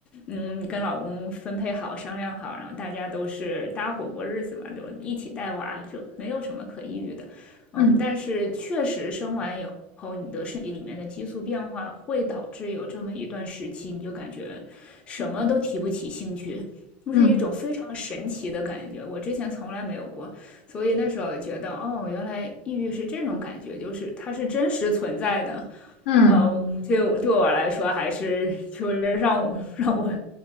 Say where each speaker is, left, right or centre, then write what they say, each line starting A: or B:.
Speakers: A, on the left (about 20°); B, on the left (about 80°).
A: 嗯，你跟老公分配好、商量好，然后大家都是搭伙过日子嘛，就一起带娃，就没有什么可抑郁的。嗯，
B: 嗯
A: 但是确实生完以后，你的身体里面的激素变化会导致有这么一段时期，你就感觉什么都提不起兴趣，
B: 嗯
A: 就是一种非常神奇的感觉，
B: 嗯
A: 我之前从来没有过，所以那时候觉得，哦，原来抑郁是这种感觉，就是它是真实存在的。
B: 嗯。
A: 呃嗯，对对我来说，还是就是让我让我